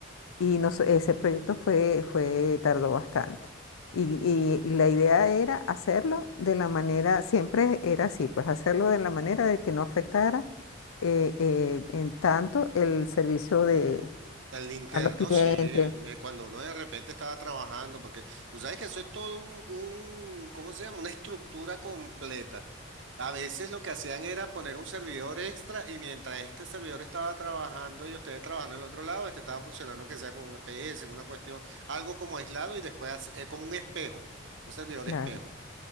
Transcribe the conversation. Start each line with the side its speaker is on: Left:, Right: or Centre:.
Left: Y nos- ese proyecto fue, fue, tardó bastante. Y, y- la idea era hacerlo de la manera, siempre era así, pues hacerlo de la manera de que no afectara eh, eh, en tanto el servicio de,
Right: Al interno,
Left: a los clientes.
Right: sí, eh, eh, cuando uno de repente estaba trabajando, porque tú sabes que eso es todo un, un, ¿cómo se llama? Una estructura completa. A veces lo que hacían era poner un servidor extra y mientras este servidor estaba trabajando y ustedes trabajando en el otro lado, este estaba funcionando que sea con un EPS, una cuestión, algo como aislado y después hace- eh, como un espejo, un servidor
Left: Claro.
Right: espejo.